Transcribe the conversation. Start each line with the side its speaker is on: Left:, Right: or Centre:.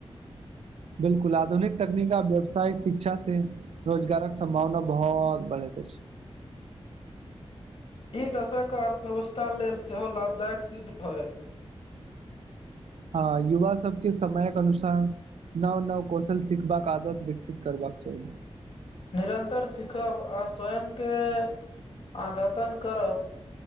Right: बिलकुल आधुनिक तकनीक आ व्यवसाय शिक्षा से रोजगारक सम्भावना बहोत बढ़ैत अछि
Left: ई दशक अर्थव्यवस्था लेल सेहो लाभदायक सिद्ध होयत
Right: हँ युवा सबके समयक अनुसार नव नव कौशल सिखबाक आदत विकसित करबाक चाही
Left: निरन्तर सीखब आ स्वयग केँ आघतन करब